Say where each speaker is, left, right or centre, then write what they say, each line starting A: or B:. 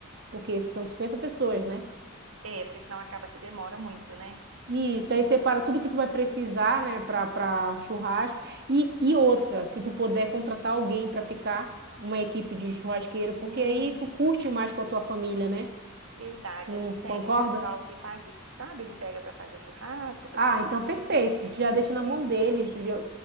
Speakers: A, on the right; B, on the right.
A: porque são 50 pessoas, né?
B: É, porque senão acaba que demora muito, né?
A: E Isso, aí separa tudo que tu vai precisar, né, para para churrasco. E, e outra, se tu puder contratar alguém para ficar, uma equipe de churrasqueiro,
B: Hum,
A: porque aí tu
B: verdade.
A: curte mais com a tua família, né?
B: Verdade,
A: Não
B: aqui tem
A: concorda?
B: um pessoal que faz isso, sabe? Ele pega para fazer o churrasco, para
A: Ah,
B: servir.
A: então perfeito. Já deixa
B: É,
A: na mão deles, já-